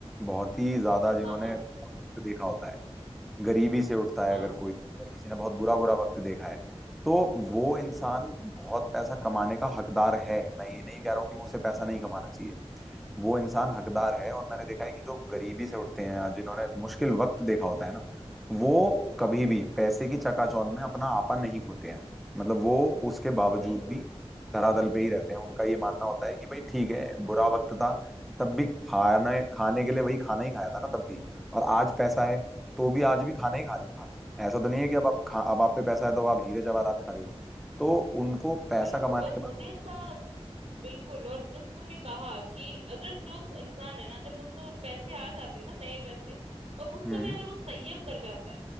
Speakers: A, in the centre; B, on the right (about 90°).
A: बहुत ही ज्यादा जिन्होंने
B: हाँ हाँ
A: बहुत वक्त देखा होता है गरीबी से उठता
B: हाँ
A: है अगर कोई अगर किसी ने बहुत बुरा बुरा वक्त देखा है तो वो इंसान
B: हम्म,
A: बहुत पैसा कमाने का हकदार है मैं ये नहीं कह रहा हूँ कि उसे पैसा नहीं कमाना चाहिए वो इंसान हकदार है और मैंने देखा है कि जो गरीबी से उठते हैं या जिन्होंने मुश्किल वक्त देखा होता है ना वो कभी भी पैसे की चकाचौंध में अपना आपा नहीं खोते हैं मतलब वो उसके बावजूद
B: बिल्कुल
A: भी धरातल पे ही रहते हैं उनका ये मानना होता है कि भाई ठीक है बुरा वक्त था तब भी खाना खाने के लिए वही खाना ही खाया था ना तब भी और आज पैसा है तो भी आज भी खाना ही खा रहे हो ना ऐसा तो नहीं है कि अब आप खा अब आप पे पैसा है तो आप हीरे जवाहरात खा रहे हो तो उनको पैसा
B: बिल्कुल
A: कमाने
B: और
A: के
B: मुझे
A: बाद
B: ऐसा बिल्कुल और जिस तुमने कहा कि अगर जो इंसान है ना जब उनको पैसे आ जाते हैं ना नए पैसे और उस
A: हम्म
B: समय अगर वो संयम कर जाता है